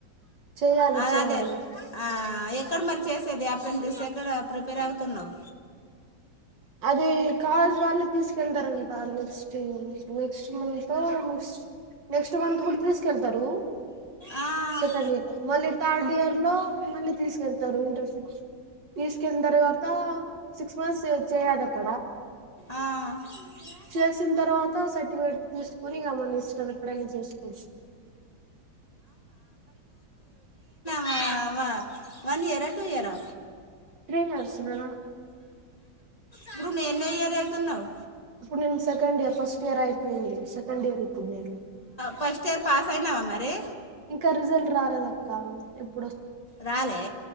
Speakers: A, on the right (about 65°); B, on the left (about 20°).
A: చేయాలి
B: అద
A: చేయాలి
B: అదే ఆ ఎక్కడ మరి చేసేది పడి సక్ ఎక్కడ ప్రిపేర్ అవుతున్నావు
A: అది కాలేజ్ వాళ్ళు తీసుకెళ్తారంట next next month next month కూడ తీసుకెళ్తారు
B: ఆ,
A: సెకండ్ ఇయర్ లో ఓన్లీ థర్డ్ ఇయర్ లో మళ్ళీ తీసుకెళ్త ఇంటర్ సిక్స్ తీస్కెళ్ళిన తర్వాత సిక్స్ సెవెన్త్ చేయ అద అక్క
B: ఆ.
A: చేసిన తర్వాత సర్టిఫికెట్ తీసుకుని ఇగ మన ఇష్టం ఎప్పుడైనా చేసుకోవచ్చు
B: వా వా వన్ ఇయరా టూ ఇయరా
A: త్రీ నర్స్లద
B: ఇప్పుడు నువ్వు ఎన్నో ఇయర్ ఎల్లుతున్నావ్
A: ఇప్పుడు నేను సెకండ్ ఇయర్ ఫస్ట్ ఇయర్ అయిపోయింది. సెకండ్ ఇయర్ ఇప్పుడు నేను
B: ఫస్ట్ ఇయర్ పాస్ అయినావా మరి
A: ఇంకా రిజల్ట్ రాలేద. కాన్ టిప్
B: రాలే